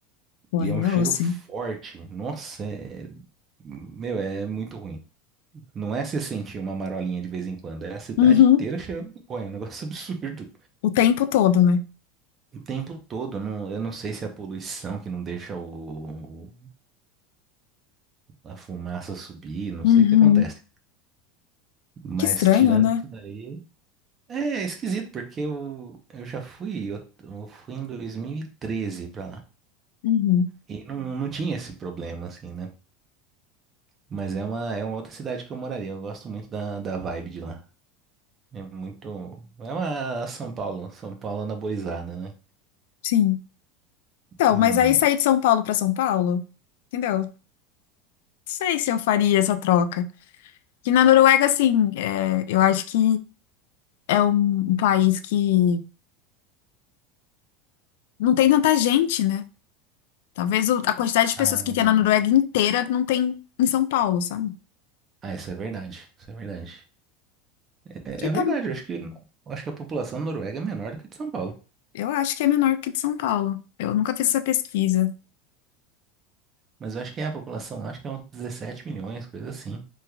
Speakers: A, on the left; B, on the right.
A: Pô,
B: E
A: aí
B: é um cheiro
A: é osso,
B: forte.
A: hein?
B: Nossa, é- meu, é muito ruim. Não é se sentir uma marolinha de vez em quando, é a cidade
A: Uhum.
B: inteira cheirando maconha, é um negócio <laughs> absurdo.
A: O tempo todo, né?
B: O tempo todo, não- eu não sei se é a poluição que não deixa o, a fumaça subir, não
A: Uhum.
B: sei o que acontece. Mas
A: Que estranho,
B: tirando
A: né?
B: isso daí, é esquisito, porque eu, eu já fui, eu, eu fui em 2013 pra lá.
A: Uhum.
B: E não, não tinha esse problema, assim, né? Mas é uma, é uma outra cidade que eu moraria. Eu gosto muito da, da vibe de lá. É muito. É uma São Paulo, São Paulo anabolizada, né?
A: Sim. Então,
B: Hum.
A: mas aí sair de São Paulo para São Paulo, entendeu? Não sei se eu faria essa troca. Que na Noruega, assim, é, eu acho que é um um país que não tem tanta gente, né? Talvez o- a quantidade de
B: Ah,
A: pessoas que tem na Noruega inteira não tem em São Paulo, sabe?
B: ah, isso é verdade. Isso é verdade. É,
A: Que
B: é
A: tá,
B: verdade, eu acho que, eu acho que a população da Noruega é menor do que a de São Paulo.
A: eu acho que é menor que de São Paulo. Eu nunca fiz essa pesquisa.
B: Mas eu acho que é a população lá, acho que é uns 17 milhões, coisa assim.